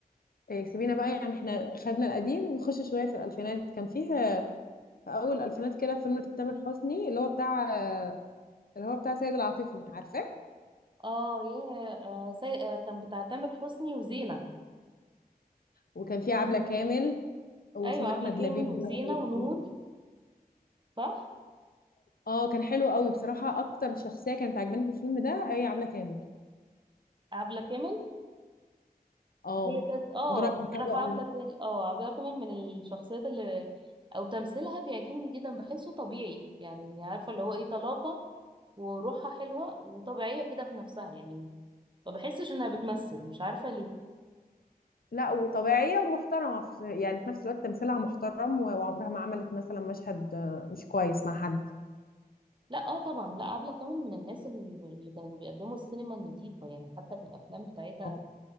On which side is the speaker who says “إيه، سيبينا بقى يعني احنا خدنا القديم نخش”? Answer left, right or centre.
Left